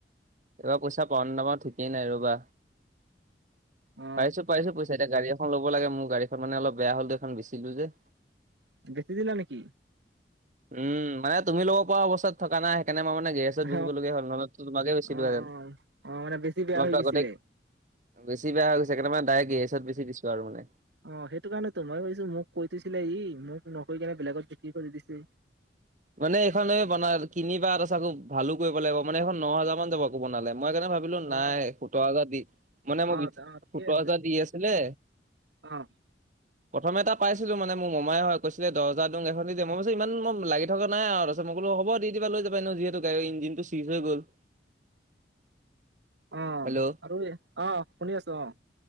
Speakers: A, on the right (about 45°); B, on the right (about 80°).
A: এইবাৰ পইচা পন নামৰ ঠিকেই নাই ৰবা
B: অ
A: পাইছো পাইছো পইচা এতিটা গাড়ী এখন ল'ব লাগে মোৰ গাড়ীখন মানে অলপ বেয়া হ'লো এই এখন বেচছিলো যে
B: বেচি দিল নেকি
A: উম মানে তুমি লগৰ পৰা অৱস্থাত থকা নাই সনে মানে গেহছতুচিবলগ
B: অ
A: হ নহলে তোমাকে বেছি
B: অ
A: পা যেন
B: অ অ মানে বেছি বেয়া
A: তোমাকতো
B: হৈ গৈছিলে
A: আগতে বেছি বেয়া হৈ গৈছেণে মে ডাইক্হেচত বেছি দিছো আৰু মানে
B: অ সেইটো কাৰণ তো মই ভাবিছো মোক কৈ দিৈছিলে ই মোক নকৰি কিনে বেলেগত বিক্ৰী কৰি দিছে
A: মানে এইখনে বনাই কিনিবা আৰু চ ভালো কৰিব লাগিব মানে এইখন ন হাজাৰ মান যাব আকৌ বনালে মই কাৰণে ভাবিলো
B: অ
A: নাই সোতৰ হাজাৰ দি মানে মই
B: অ অ ঠিকে
A: সোতৰ
B: আছে
A: হাজাৰ দি আছিলে
B: অ
A: প্ৰথমে এটা পাইছিলো মানে মোৰ মমাই হয় কৈছিলে দহ হাজাৰ দং এখনিয় মই পৈছো ইমান ম লাগে থকা নাই আৰু ত মইো হ' দি দিবা ল যা নো যিহু় ইঞ্জিনটো চই হৈ গ'ল
B: আহ
A: হেল্ল'
B: আৰু আহ শুনি আছো আহ